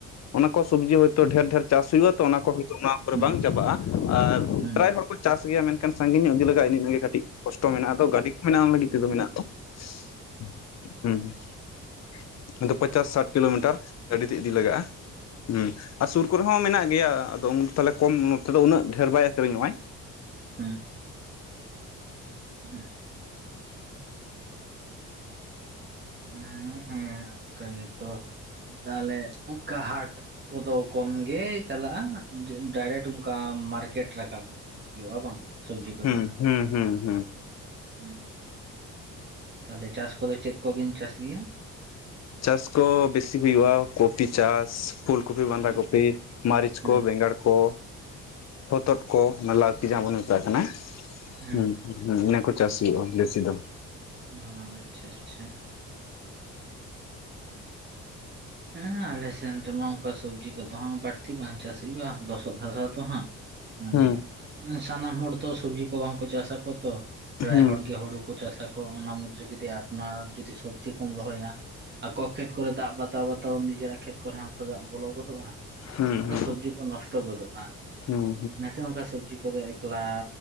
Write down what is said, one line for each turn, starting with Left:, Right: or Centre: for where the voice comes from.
Left: ᱚᱱᱟ ᱠᱚ ᱥᱚᱵᱽᱡᱤ ᱦᱚᱭ ᱛᱚ, ᱰᱷᱮᱨ ᱰᱷᱮᱨ ᱪᱟᱥ ᱦᱩᱭᱩᱜᱼᱟ ᱾ ᱛᱚ, ᱚᱱᱟ ᱠᱚ ᱦᱚᱭᱛᱚ, ᱚᱱᱟ ᱠᱚᱨᱮ
Right: ᱦᱩᱸ
Left: ᱵᱟᱝ ᱪᱟᱵᱟᱜᱼᱟ ᱾ ᱟᱨ
Right: ᱦᱩᱸ
Left: ᱯᱨᱟᱭ ᱦᱚᱲ ᱠᱚ ᱪᱟᱥ ᱜᱮᱭᱟ ᱢᱮᱱᱠᱷᱟᱱ, ᱥᱟᱺᱜᱤᱧ ᱧᱚᱜ ᱤᱫᱤ ᱞᱮᱟᱜᱟᱼᱟ ᱾ ᱤᱱᱤ ᱤᱱᱟᱹ ᱜᱮ ᱠᱟᱹᱴᱤᱡ ᱠᱚᱥᱴᱚ ᱢᱮᱱᱟᱜᱼᱟ ᱾ ᱟᱫᱚ ᱜᱟᱹᱰᱤ ᱠᱚ ᱢᱮᱱᱟᱜ, ᱚᱱᱟ ᱞᱟᱹᱜᱤᱫ ᱛᱮᱫᱚ, ᱢᱮᱱᱟᱜ ᱫᱚ ᱾ ᱥᱤ ᱥᱤ ᱦᱩᱸ ᱦᱩᱸ ᱦᱩᱸᱦᱩᱸ, ᱟᱫᱚ ᱯᱟᱪᱟᱥ ᱥᱟᱴ ᱠᱤᱞᱳᱢᱤᱴᱟᱨ ᱾ ᱜᱟᱹᱰᱤ ᱛᱮ ᱤᱫᱤ ᱞᱟᱜᱟᱜᱼᱟ ᱾ ᱩᱸᱜ ᱟᱨ ᱥᱩᱨ ᱠᱚᱨᱮ ᱦᱚᱸ ᱢᱮᱱᱟᱜ ᱜᱮᱭᱟ, ᱟᱫᱚ ᱩᱸ ᱛᱟᱦᱚᱞᱮ, ᱠᱚᱢ ᱱᱚᱛᱮ <unintelligible> ᱫᱚ ᱩᱱᱟᱹᱜ ᱰᱷᱮᱨ ᱵᱟᱭ ᱟᱹᱠᱷᱨᱤᱧᱚᱜᱼᱟᱭ ᱾
Right: ᱦᱩᱸ <unintelligible> ᱳᱸᱼᱮᱸᱻ, ᱮᱸ ᱚᱱᱠᱟ ᱜᱮᱛᱚ ᱾ ᱛᱟᱦᱚᱞᱮ, ᱚᱱᱠᱟ ᱦᱟᱴ ᱠᱚᱫᱚ ᱠᱚᱢ ᱜᱮ ᱪᱟᱞᱟᱜᱼᱟ ᱾ ᱰᱟᱭᱨᱮᱠᱴ ᱚᱱᱠᱟ ᱢᱟᱨᱠᱮᱴ ᱨᱟᱠᱟᱵ ᱦᱩᱭᱩᱜᱼᱟ ᱵᱟᱝ? ᱥᱚᱵᱽᱡᱤ ᱠᱚᱫᱚ
Left: ᱦᱩᱸ ᱦᱩᱸ ᱦᱩᱸ
Right: ᱾
Left: ᱦᱩᱸ
Right: ᱦᱩᱸᱻ, ᱛᱟᱦᱟᱞᱮ, ᱪᱟᱥ ᱠᱚᱫᱚ ᱪᱮᱫ ᱠᱚᱵᱤᱱ ᱪᱟᱥ ᱜᱮᱭᱟ?
Left: ᱪᱟᱥ ᱠᱚ ᱵᱮᱥᱤ ᱦᱩᱭᱩᱜᱼᱟ ᱾ ᱠᱚᱯᱤ ᱪᱟᱥ, ᱯᱷᱩᱞ ᱠᱚᱯᱤ, ᱵᱟᱸᱫᱟ
Right: ᱦᱮᱸ
Left: ᱠᱚᱯᱤ, ᱢᱟᱹᱨᱤᱪ
Right: ᱦᱮᱸ
Left: ᱠᱚ, ᱵᱮᱸᱜᱟᱲ ᱠᱚ, ᱦᱚᱛᱚᱫ ᱠᱚ, ᱚᱱᱟ ᱞᱟᱹᱣᱠᱤ ᱡᱟᱦᱟᱸ ᱵᱚᱱ ᱢᱮᱛᱟᱜ ᱠᱟᱱᱟ ᱾
Right: ᱦᱮᱸ
Left: ᱦᱮᱸᱼ ᱦ, ᱤᱱᱟᱹ ᱠᱚ ᱪᱟᱥ ᱦᱩᱭᱩᱜᱼᱟ, ᱵᱮᱥᱤ ᱫᱚ ᱾
Right: ᱟᱻ, ᱪᱷᱟ, ᱟᱪᱪᱷᱟ ᱾ ᱦᱮᱸᱻ, ᱟᱞᱮᱥᱮᱱ ᱨᱮᱢᱟ, ᱚᱱᱠᱟ ᱥᱚᱵᱽᱡᱤ ᱠᱚᱫᱚ ᱵᱟᱹᱲᱛᱤ ᱵᱟᱝ ᱪᱟᱥ ᱦᱩᱭᱩᱜᱼᱟ ᱾ ᱫᱚ ᱞᱚᱛᱚᱫ ᱦᱟᱥᱟ ᱛᱚ ᱦᱟᱸᱜ, ᱢᱟᱱᱮ
Left: ᱦᱩᱸ
Right: ᱥᱟᱱᱟᱢ ᱦᱚᱲ ᱛᱚ ᱥᱚᱵᱽᱡᱤ ᱠᱚ ᱵᱟᱝᱠᱚ ᱪᱟᱥ ᱟᱠᱚ ᱛᱚ ᱾ ᱯᱮᱨᱟᱭ
Left: ᱦᱩᱸ
Right: ᱦᱚᱲᱜᱮ, ᱦᱳᱲᱳ ᱠᱚ ᱪᱟᱥ ᱟᱠᱚ, ᱚᱱᱟ ᱢᱩᱫᱽᱨᱮ ᱡᱩᱫᱤ ᱚᱱᱟ ᱡᱩᱫᱤ ᱥᱚᱵᱽᱡᱤ ᱠᱚᱢ ᱨᱚᱦᱚᱭᱟ ᱾ ᱟᱠᱚ ᱠᱷᱮᱛ ᱠᱚᱨᱮ, ᱫᱟᱜ ᱵᱟᱛᱟᱣ ᱵᱟᱛᱟᱣ, ᱱᱤᱡᱮᱨᱟᱜ ᱠᱷᱮᱛ ᱠᱚᱨᱮ ᱦᱚ, ᱸ ᱫᱟᱜ ᱵᱚᱞᱚ ᱜᱚᱫᱚᱜᱼᱟ ᱾
Left: ᱦᱩᱸ
Right: ᱟᱫᱚ
Left: ᱦᱩᱸ
Right: ᱥᱚᱵᱽᱡᱤ ᱠᱚ ᱱᱚᱥᱴᱚ ᱜᱚᱫᱚᱜᱼᱟ
Left: ᱦᱩᱸ
Right: ᱾ ᱚᱱᱟᱛᱮ ᱚᱱᱠᱟ ᱥᱚᱵᱽᱡᱤ ᱛᱚᱵᱮ ᱮᱠᱞᱟ